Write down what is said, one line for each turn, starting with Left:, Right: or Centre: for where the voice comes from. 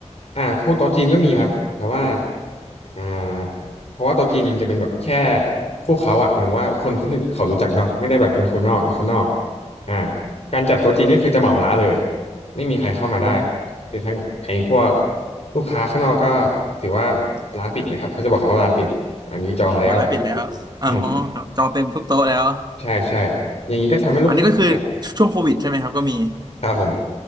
Left: อ่าพวกโต๊ะจีนก็มีครับ แต่ว่าอ่าเพราะว่าโต๊ะจีนมันจะเป็นแบบแค่พวกเขาอะหมายถึงว่าคนที่เขารู้จักเนาะไม่ได้แบบเป็นคนนอกคนนอกอ่าการจัดโต๊ะจีนนี่คือจะเหมาร้านเลย ไม่มีใครเข้ามาได้
Right: โอ้
Left: คือทั้งไอ้พวกลูกค้าข้างนอกก็ถือว่าร้านปิดเลยครับเขาจะบอกเขาว่าร้านปิดอันนี้จองแล้ว
Right: อ๋อร้านปิดแล้วอ๋อครับจองเต็มทุกโต๊ะแล้ว
Left: อืมใช่ใช่อย่างนี้ก็ทำให้ลูกค้าเนี่ย
Right: โอ้อันนี้ก็คือช่วงโควิดใช่ไหมครับก็มี
Left: ครับผม